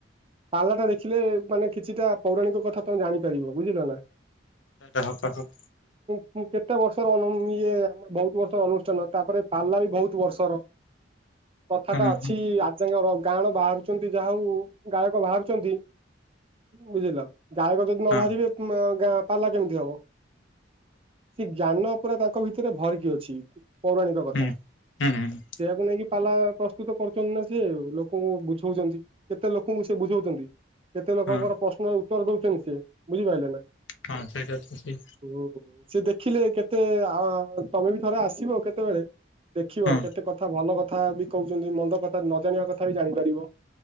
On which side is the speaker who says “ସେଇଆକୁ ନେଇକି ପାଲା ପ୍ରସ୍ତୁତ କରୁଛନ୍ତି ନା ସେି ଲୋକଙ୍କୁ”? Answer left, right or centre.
Right